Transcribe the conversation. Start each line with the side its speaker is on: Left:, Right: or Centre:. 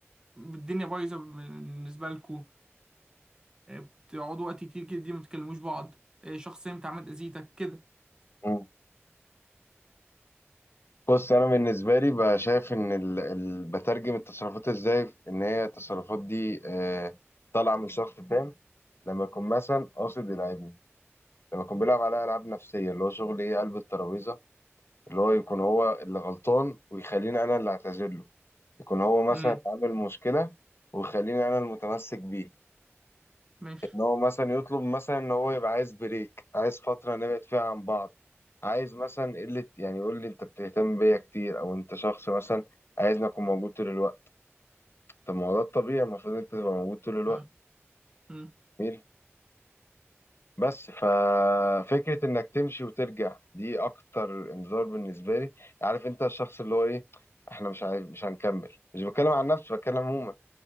Right: الدنيا بايظه بالنسبه لكم بتقعدوا وقت كتير كده دي ما بتكلموش بعض آه، شخص انت عملت اذيتك كده
Left: مم. بص انا بالنسبه لي بقى شايف ان ال... ال... بترجم التصرفات ازاي ان هي التصرفات دي آه طالعه من شخص تام لما يكون مثلا قاصد يلعبني لما كان بيلعب على العاب نفسيه اللي هو شغل ايه قلب الترابيزه اللي هو يكون هو اللي غلطان ويخليني انا اللي اعتذر له يكون هو مثلا
Right: امم
Left: عامل مشكله ويخليني انا المتمسك بيه
Right: ماشي
Left: ان هو مثلا يطلب مثلا ان هو يبقى عايز بريك عايز فتره نبعد فيها عن بعض عايز مثلا قله يعني يقول لي انت بتهتم بيا كتير او انت شخص مثلا عايزني اكون موجود طول الوقت طب ما هو ده الطبيعي المفروض انت تبقى موجود طول الوقت
Right: اه امم
Left: مين بس ففكرة انك تمشي وترجع دي اكتر انذار بالنسبة لي عارف انت الشخص اللي هو ايه احنا مش عايز مش هنكمل مش بتكلم عن نفسي بتكلم عموما